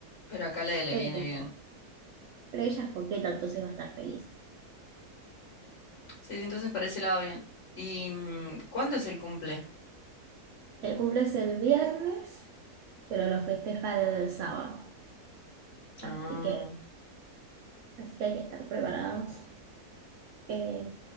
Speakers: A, on the left; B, on the right.
A: Pero acá le, le
B: Pero,
A: viene bien.
B: pero ella es coqueta, entonces va a estar feliz.
A: Sí, sí, entonces por ese lado bien. ¿Y mm, cuándo es el cumple?
B: El cumple es el viernes, pero lo festeja el sábado.
A: Ah,
B: Así que, así que hay que estar preparados. Eh,